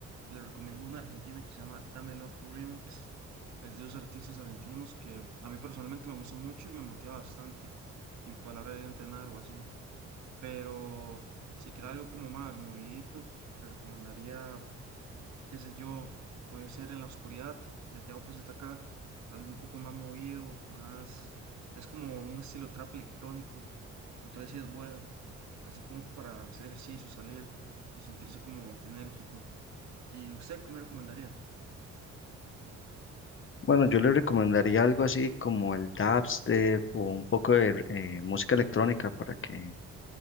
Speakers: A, on the right; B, on the left.
A: le recomiendo una argentina que se llama Dame Love Remix. Es de los artistas argentinos que a mí personalmente me gusta mucho y me motiva bastante. Y por la hora de ir a entrenar o así. Pero si quiere algo como más movidito, le recomendaría qué sé yo, puede ser en la oscuridad de Teo acá algo un poco más movido, más, es como un estilo trap electrónico, entonces sí es bueno, así como para hacer ejercicio, salir y sentirse como enérgico. ¿Y usted qué me recomendaría?
B: Bueno, yo le recomendaría algo así como el dubstep o un poco de eh, música electrónica para que